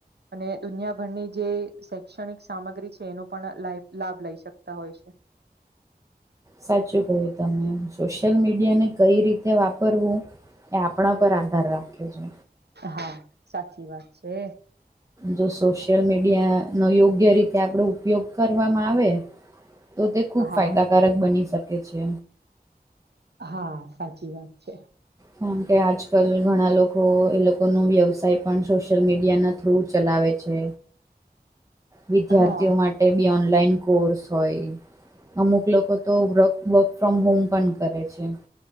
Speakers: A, on the right; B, on the right.
A: અને દુનિયાભરની જે શૈક્ષણિક સામગ્રી છે એનો પણ લ લાભ લઈ શકતા હોય છે.
B: સાચું કહ્યું તમે. સોશિયલ મીડિયાને કઈ રીતે વાપરવું એ આપણા પર આધાર રાખે છે.
A: હા સાચી વાત છે.
B: જો સોશિયલ મીડિયા નો યોગ્ય રીતે આપડો ઉપયોગ કરવામાં આવે તો તે ખુબ
A: હા
B: ફાયદાકારક બની શકે છે.
A: હા સાચી વાત છે.
B: કારણ કે આજકાલ ઘણા લોકો એ લોકોનો વ્યવસાય પણ સોશિયલ મીડિયાના થ્રુ ચલાવેે છે. વિદ્યાર્થીઓ
A: હા
B: માટે બી ઓનલાઈન કોર્સ હોય અમુક લોકો તો વ્ર વર્ક ફ્રોમ હોમ પણ કરે છે.